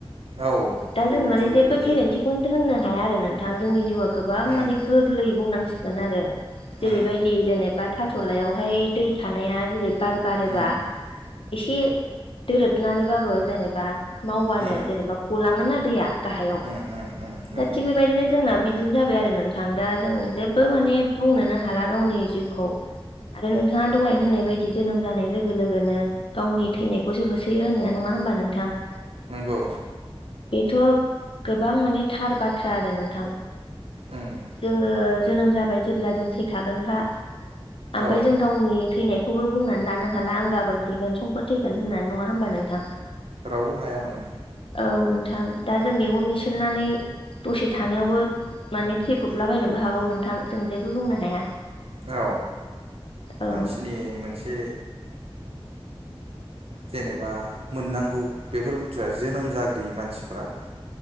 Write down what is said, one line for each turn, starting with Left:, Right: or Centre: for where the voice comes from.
Right: औ
Left: दा
Right: बेबायदिबो
Left: जों माने जेबो
Right: बिराद
Left: गेरेन्थि
Right: जायो
Left: दोननो हाया आरो नोंथां। जोंनि जिउआ गोबां
Right: उम
Left: माने गोरलै बुंनांसिगोन आरो। जेरैबायदि
Right: उम
Left: जेनेबा थास'लायावहाय दै थानाया जेरै बार बारोबा
Right: उम
Left: एसे दोरोदनानैबाबो जेनेबा मावबानो
Right: उम
Left: जेनेबा गलाङोना दैया गाहायाव।
Right: उम उम उम नंगौ
Left: दा थिग बेबायदिनो जोंना बि दिनो जाबाय आरो नोंथां दा जों जेबो माने बुंनोनो हाला गावनि जिउखौ। आरो नोंथाङा दहाय होननाय बायदि जोनोम जानाय लोगो लोगोनो गावनि थैनायखौसो होसोयो होननाया नङा होमबा नोंथां?
Right: नोंगौ।
Left: बेथ' गोबां माने थार बाथ्रा आरो नोंथां।
Right: उम।
Left: जोङो जोनोम जाबाय जेब्ला जों थैखागोनखा, ओमफाय
Right: औ
Left: जों गावनि थैनायखौबो बुंनानै हाला आं गाबोन थैगोन समफोर थैगोन होननानै। नङा होमबा नोंथां?
Right: रावबो हाया उम
Left: औ नोंथां। दा जों मेगन मेसेबनानै दसे थानायावबो माने थेैब्रबलाबायनोबो हागौ नोंथां जों जेबो बुंनो हाया।
Right: औ
Left: औ
Right: मानसिनि मोनसे जेनेबा मोननांगौ बेफोरबायदिया जोनोम जाग्रोयो मानसिफ्रा